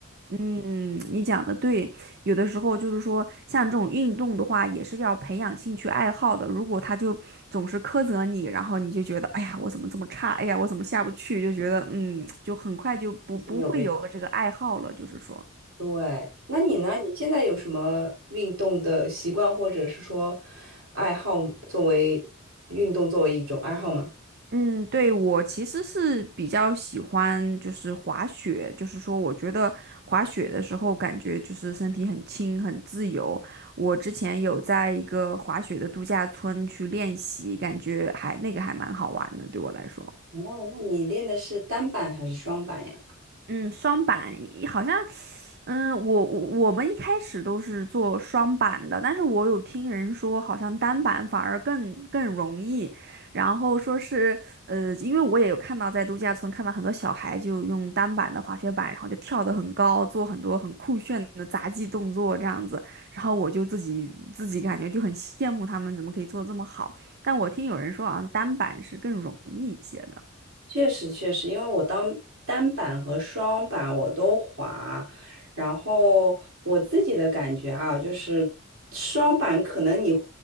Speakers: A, on the right (about 50°); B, on the right (about 70°).
A: 嗯，你讲的对，有的时候就是说，像这种运动的话，也是要培养兴趣爱好的。如果他就总是苛责你，然后你就觉得，哎呀，我怎么这么差？哎呀，我怎么下不去？就觉得，嗯，就很快就不不会有个这个爱好了，
B: 已经有被打。
A: 就是说。
B: 对，那你呢？你现在有什么运动的习惯，或者是说爱好，作为运动作为一种爱好吗？
A: 嗯，对，我其实是比较喜欢就是滑雪，就是说我觉得滑雪的时候感觉就是身体很轻很自由。我之前有在一个滑雪的度假村去练习，感觉还那个还蛮好玩的，对我来说。
B: 哦，那你练的是单板还是双板呀？
A: 嗯，双板一好像嗯，我我我们一开始都是做双板的，但是我有听人说，好像单板反而更更容易。然后说是，呃，因为我也有看到在度假村看到很多小孩就用单板的滑雪板，然后就跳得很高，做很多很酷炫的杂技动作这样子。然后我就自己自己感觉就很羡慕他们怎么可以做得这么好。但我听有人说，好像单板是更容易一些的。
B: 确实确实，因为我当单板和双板我都滑，然后我自己的感觉啊，就是双板可能你